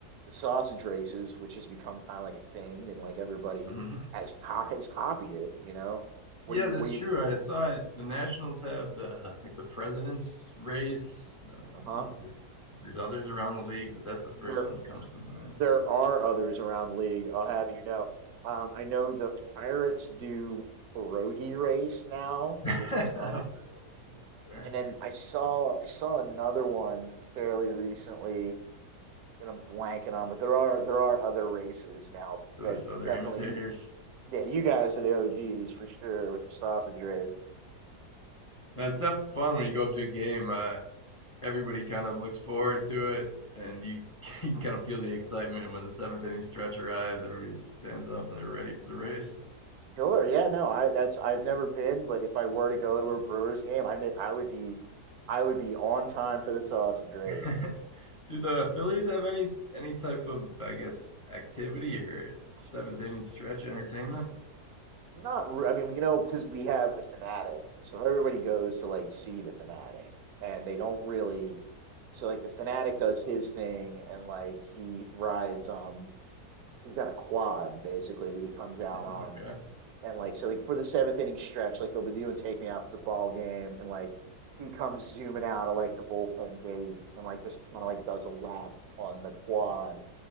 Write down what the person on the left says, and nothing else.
<laughs>
Yeah,
that's
true.
I saw it. The Nationals have the like the president's race. Uh, I don't
know if there's if there's others around the league, but that's the
first one that comes to mind.
<laughs>
Yes, sir.
Those
other
imitators.
That's definitely fun when you go up to a game. Uh, everybody kind of looks forward to it, and you, <laughs> you can kind of feel the excitement when the seventh inning stretch arrives. Everybody stands up and they're ready for the race.
<laughs> Do the Phillies have any any type of, I guess, activity or seventh inning stretch entertainment?
Okay.